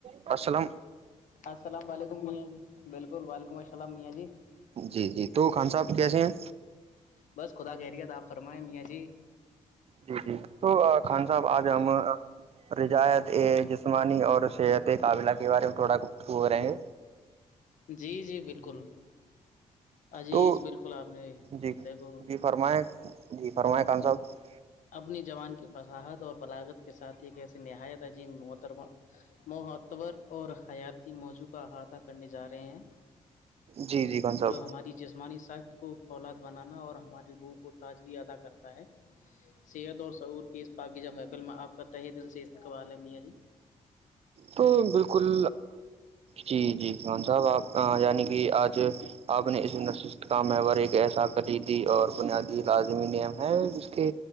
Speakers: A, on the right; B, on the left.
A: السلام
B: السلام علیکم بالکل وعلیکم السلام میاں جی
A: جی جی تو خان صاحب کیسے ہیں
B: بس خدا خیریت آپ فرمائیں میاں جی
A: جی جی تو خان صاحب آج ہم رجایت ا جس جسمانی اور صحت قابلہ کے بارے میں تھوڑا کچ ہو رہیںے
B: جی جی بالکل عجیز
A: تو
B: بالکل آپ نے
A: جی
B: دیکھو
A: جی فرمائیں جی فرمائیں خان
B: جی
A: صاحب
B: اپنی جوان کی فصاحت اور بلاغت کے ساتھ ایک ایسی نہایت عظیم محترمہ معحتبر اور حیاتی موضوع کا احاطہ کرنے جا رہے ہیں
A: جی جی خان صاحب
B: جو ہماری جسمانی ساخت کو فولاد بنانا اور ہماری روح کو تازگی ادا کرتا ہے ست اور سعور کی اس پااکیجہ محفل میں آپ کا تہ دل سے استقبال ہے میاں جی
A: تو بالکل جی جی مان صاحب آپ یعنی کہ آج آپ نے اس نشست کا مور ایک ایسا قریدی اور بنیادی لازمی نیم ہے ج کے